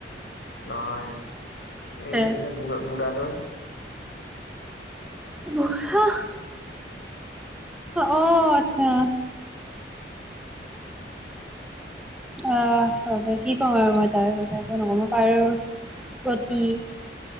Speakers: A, on the left; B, in the centre.
A: নহয়। এই
B: তে
A: যে বুঢ়া বুঢ়াতৰ।
B: বুঢ়া অহ আচ্ছা। অহ হব কি ক'ম আৰু মই তাৰ কথা একো নকওঁ মই কাৰো প্ৰতি